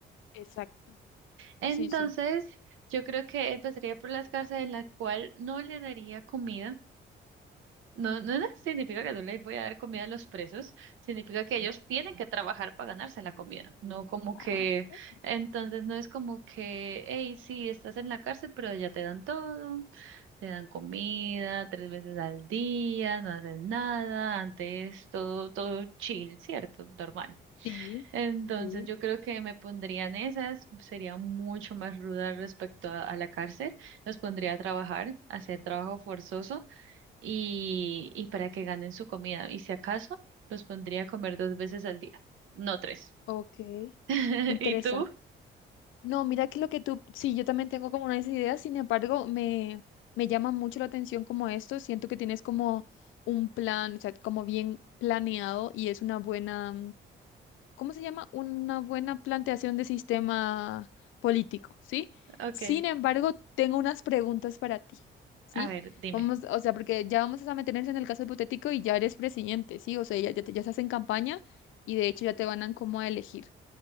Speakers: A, on the left; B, on the right.
A: Exacto,
B: Entonces,
A: sí, sí.
B: yo creo que empezaría por las cárceles en las cual no le daría comida No, no no significa que no les voy a dar comida a los presos, significa que ellos tienen que trabajar para ganarse la comida, no como
A: exacto.
B: que, entonces no es como que, hey, sí, estás en la cárcel, pero ya te dan todo, te dan comida tres veces al día, no haces nada, antes todo, todo chill, ¿cierto? Normal.
A: Sí,
B: Entonces
A: Sí.
B: yo creo que me pondrían esas, sería mucho más ruda respecto a a la cárcel, los pondría a trabajar, a hacer trabajo forzoso y, y para que ganen su comida. Y si acaso, los pondría a comer dos veces al día, no tres.
A: ok,
B: <laughs>
A: interesante.
B: ¿Y tú?
A: No, mira que lo que tú, sí, yo también tengo como unas ideas, sin embargo, me, me llama mucho la atención como esto, siento que tienes como un plan, o sea, como bien planeado y es una buena, mm, ¿cómo se llama? Una buena planteación de sistema político, ¿sí?
B: Ok,
A: Sin embargo, tengo unas preguntas para ti, ¿sí?
B: a ver, dime.
A: Vamos, o sea, porque ya vamos a meternos en el caso hipotético y ya eres presidente, ¿sí? O sea, ya, ya, te- ya estás en campaña y de hecho ya te van a como a elegir.